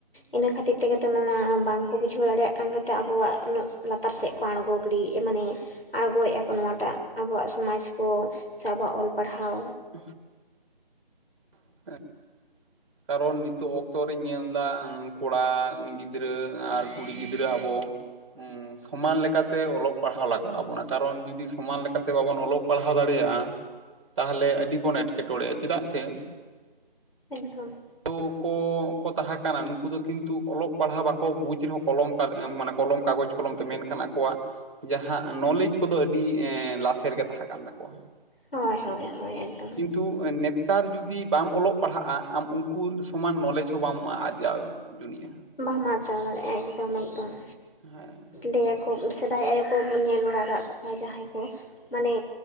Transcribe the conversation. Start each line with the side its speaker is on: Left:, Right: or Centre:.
Left: ᱤᱱᱟᱹ ᱠᱷᱟᱹᱛᱤᱨ ᱛᱮᱜᱮ ᱛᱚ, ᱱᱚᱣᱟ ᱵᱟᱝ ᱠᱚ, ᱵᱩᱡᱷᱟᱹᱣ ᱫᱟᱲᱮᱭᱟᱜ ᱠᱟᱱ ᱜᱮᱛᱮ, ᱟᱵᱚᱣᱟᱜ, ᱩᱱᱟᱹᱜ ᱞᱟᱛᱟᱨ ᱥᱮᱫ ᱠᱚ, ᱟᱬᱜᱚ ᱜᱤᱲᱤ ᱮ, ᱢᱟᱱᱮ ᱟᱬᱜᱚᱭᱮᱫ-ᱟ ᱠᱚ, ᱱᱚᱣᱟᱴᱟᱜ, ᱟᱵᱚᱣᱟᱜ ᱥᱚᱢᱟᱡᱽ ᱠᱚ, ᱥᱮ ᱟᱵᱚᱣᱟᱜ, ᱚᱞ ᱯᱟᱲᱦᱟᱣ
Right: ᱰᱮᱼᱦᱟᱫ <unintelligible> <unintelligible> ᱮᱸᱻᱫ, ᱠᱟᱨᱚᱱ, ᱱᱤᱛᱚᱜ ᱚᱠᱛᱚ ᱨᱤᱧ ᱧᱮᱞ ᱮᱫᱟ, ᱠᱚᱲᱟ ᱜᱤᱫᱽᱨᱟᱹ, <unintelligible> ᱟᱨ ᱠᱩᱲᱤ ᱜᱤᱫᱽᱨᱟᱹ, ᱟᱵᱚ ᱦᱩᱸ, ᱥᱚᱢᱟᱱ ᱞᱮᱠᱟᱛᱮ, ᱚᱞᱚᱜ ᱯᱟᱲᱦᱟᱣ ᱞᱟᱜᱟᱣ ᱟᱵᱚᱱᱟ, ᱠᱟᱨᱚᱱ ᱡᱩᱚᱫᱤ, ᱥᱚᱢᱟᱱ ᱞᱮᱠᱟᱛᱮ ᱵᱟᱵᱚᱱ, ᱚᱞᱚᱜ ᱯᱟᱲᱦᱟᱣ ᱫᱟᱲᱮᱭᱟᱜᱼᱟ, ᱛᱟᱦᱚᱞᱮ, ᱟᱹᱰᱤ ᱵᱚᱱ, ᱮᱴᱠᱮᱴᱚᱬᱮᱜᱼᱟ, ᱪᱮᱫᱟᱜ ᱥᱮ?
Left: ᱮᱠᱫᱚᱢ, ᱾
Right: <unintelligible> ᱠᱚ ᱠᱚ, ᱛᱟᱦᱮᱸ ᱠᱟᱱᱟ, ᱱᱩᱠᱩ ᱫᱚ, ᱠᱤᱱᱛᱩ ᱚᱞᱚᱜ ᱯᱟᱲᱦᱟᱣ ᱵᱟᱠᱚ, ᱵᱩᱡᱽ ᱨᱮᱦᱚᱸ, ᱠᱚᱞᱚᱢ ᱠᱟᱜ ᱮᱸ ᱢᱟᱱᱮ ᱠᱚᱞᱚᱢ ᱠᱟᱜᱚᱡᱽ ᱠᱚᱞᱚᱢ ᱛᱮ, ᱢᱮᱱᱠᱷᱟᱱ, ᱟᱠᱚᱣᱟᱜ ᱡᱟᱦᱟᱸ ᱱᱚᱞᱮᱡᱽ ᱠᱚᱫᱚ, ᱟᱹᱰᱤ ᱮᱸᱻ ᱞᱟᱥᱮᱨ ᱜᱮ, ᱛᱟᱦᱮᱸ ᱠᱟᱱ ᱛᱟᱠᱚᱣᱟ ᱾
Left: ᱦᱳᱭ, ᱦᱳᱭ ᱦᱳᱭ ᱾
Right: ᱠᱤᱱᱛᱩ ᱱᱮ ᱱᱮᱛᱟᱨ ᱡᱩᱫᱤ ᱵᱟᱢ ᱚᱞᱚᱜ ᱯᱟᱲᱦᱟᱜᱼᱟ ᱟᱢ ᱩᱱᱠᱩ ᱥᱚᱢᱟᱱ ᱱᱚᱞᱮᱡᱽ ᱦᱚᱸ ᱵᱟᱢ ᱟᱨᱡᱟᱣ ᱡᱩᱱᱤᱡ-ᱟ᱾
Left: ᱵᱟᱢ ᱟᱨᱡᱟᱣ ᱫᱟᱲᱮᱭᱟᱜᱼᱟ ᱮᱠᱫᱚᱢ ᱮᱠᱫᱚᱢ᱾
Right: ᱦᱮᱸ,
Left: ᱞᱟᱹᱭᱟᱠᱚ ᱥᱮᱫᱟᱭ ᱟᱭᱳ ᱠᱚᱵᱚᱱ ᱧᱮᱞ ᱵᱟᱲᱟ ᱟᱠᱟᱫ ᱠᱚᱣᱟ ᱡᱟᱦᱟᱸᱭ ᱠᱚ ᱢᱟᱱᱮ,